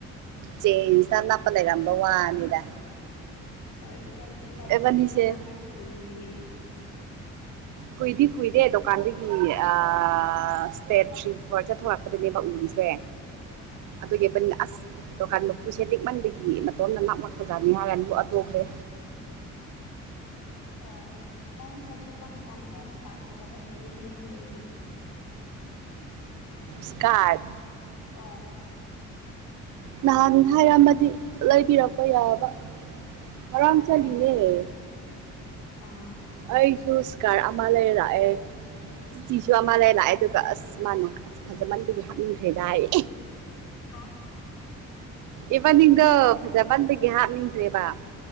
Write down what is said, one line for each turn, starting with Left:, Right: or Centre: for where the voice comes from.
Right: ꯆꯦꯟꯁꯤꯇ ꯅꯅꯥꯞꯄ ꯂꯩꯔꯝꯕ ꯋꯥꯅꯤꯗ
Left: ꯍꯣꯏ ꯏꯀꯥꯏ ꯏꯀꯥꯏ
Right: ꯏꯕꯥꯅꯤꯁꯦ
Left: ꯍꯦꯕꯗꯨ ꯅꯥꯞꯄ꯭ꯔꯒ ꯄꯨꯅꯤꯡꯉꯤꯗꯤ
Right: ꯀꯨꯏꯗꯤ ꯀꯨꯏꯗꯦ ꯗꯨꯀꯥꯟꯗꯒꯤ ꯑ ꯁ꯭ꯇꯦꯠ ꯊ꯭ꯔꯤ ꯐ꯭ꯂꯣꯔ ꯆꯠꯊꯣꯔꯛꯄꯗꯅꯦꯕ ꯎꯔꯤꯁꯦ
Left: ꯎꯝ
Right: ꯑꯗꯨꯒꯤꯕꯅꯤ ꯑꯁ ꯗꯨꯀꯥꯟ ꯃꯄꯨꯁꯦ ꯂꯤꯛꯃꯟꯕꯒꯤ ꯃꯇꯣꯝꯅ ꯉꯥꯛ ꯉꯛꯄꯖꯥꯠꯅꯤ ꯍꯥꯏꯔꯥꯟꯕꯨ ꯍꯥꯊꯣꯛꯈ꯭ꯔꯦ
Left: ꯍꯣꯏ ꯅꯪ ꯆꯠꯊꯣꯛꯄ ꯃꯇꯝꯗ ꯏꯁꯀꯥꯔ ꯐꯖꯕ ꯂꯩꯔꯤ ꯂꯩꯕꯤꯌꯣ ꯑꯩꯒꯤ
Right: ꯁꯀꯥꯔꯠ
Left: ꯍꯣꯏ
Right: ꯅꯍꯥꯟ ꯍꯥꯏꯔꯝꯃꯗꯤ ꯂꯩꯕꯤꯔꯝꯕ ꯌꯥꯕ ꯉꯔꯥꯡ
Left: ꯀꯥꯗꯁꯨ
Right: ꯆꯠꯂꯤꯅꯦ
Left: ꯑꯥ
Right: ꯑꯩꯁꯨ ꯁꯀꯥꯔ ꯑꯃ ꯂꯩꯔ ꯂꯛꯑꯦ ꯆꯤꯁꯨ ꯑꯃ ꯂꯩ ꯂꯥꯛꯑꯦ ꯑꯗꯨꯒ ꯑꯁ ꯃꯥꯅ ꯑꯁ ꯐꯖꯃꯟꯕꯒꯤ ꯍꯥꯞꯅꯤꯡꯟꯗ꯭ꯔꯦꯗ ꯍꯥꯏꯌꯦ
Left: ꯍꯥꯥ
Right: ꯏꯕꯥꯅꯤꯡꯗꯣ ꯐꯖ ꯃꯟꯕꯒꯤ ꯍꯥꯞꯅꯤꯡꯗ꯭ꯔꯦꯕ